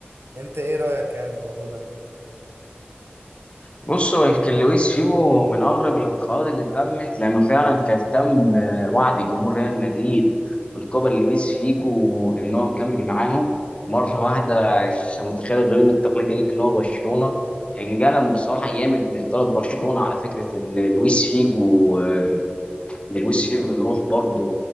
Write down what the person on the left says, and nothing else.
بص هو يمكن لويس فيجو من اغرب الانتقادات اللي تمت لانه فعلا كان تم آه، وعد جمهور ريال مدريد من قبل لويس فيجو ان هو مكمل معاهم ومره واحده انت متخيل الغريم التقليدي ليك ان هو برشلونه كان جلم بصراحه جامد من اداره برشلونه على فكره ان لويس فيجو آه، ان لويس فيجو يروح برضه